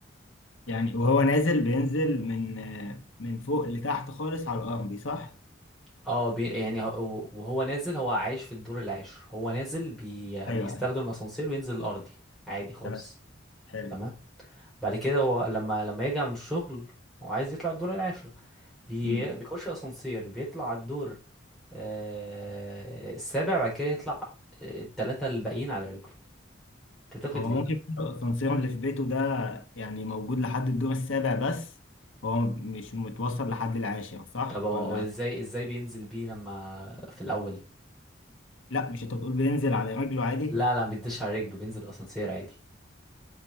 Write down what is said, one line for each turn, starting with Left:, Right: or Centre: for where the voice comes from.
Left: يعني وهو نازل بينزل من آه، من فوق لتحت خالص على الارض دي صح
Centre: اه بي... يعني هو- وهو نازل هو عايش في الدور العاشر هو نازل بي...
Left: ايوه
Centre: بيستخدم
Left: ايوه
Centre: الاسانسير وينزل الارضي عادي خالص
Left: تمام حلو
Centre: تمام بعد كده هو لما لما يرجع من الشغل هو عايز يطلع الدور العاشر بي...
Left: مم.
Centre: بيخش اسانسير بيطلع على الدور آه... السابع بعد كده يطلع آه، التلاتة الباقيين على رجله تعتقد
Left: هو
Centre: ليه
Left: ممكن يكون الاسانسير اللي في بيته ده يعني موجود لحد الدور السابع بس هو مش متوصل لحد العاشر صح
Centre: طب هو
Left: ولا
Centre: هو ازاي ازاي بينزل بيه لما في الاول
Left: لا مش انت بتقول بينزل على رجله عادي
Centre: لا لا ما بينزلش على رجله بينزل بالاسانسير عادي